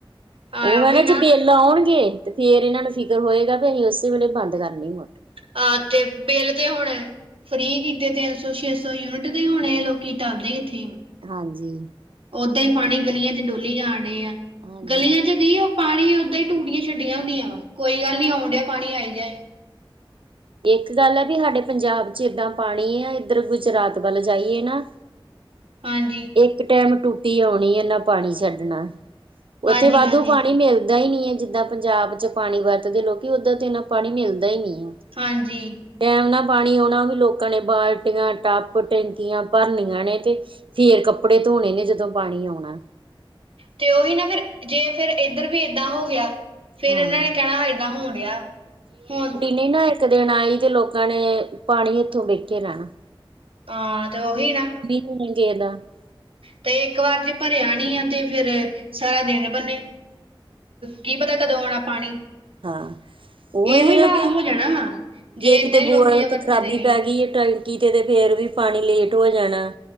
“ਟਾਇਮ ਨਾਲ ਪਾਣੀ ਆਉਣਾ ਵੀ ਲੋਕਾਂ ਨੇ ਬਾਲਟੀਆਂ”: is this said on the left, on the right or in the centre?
Right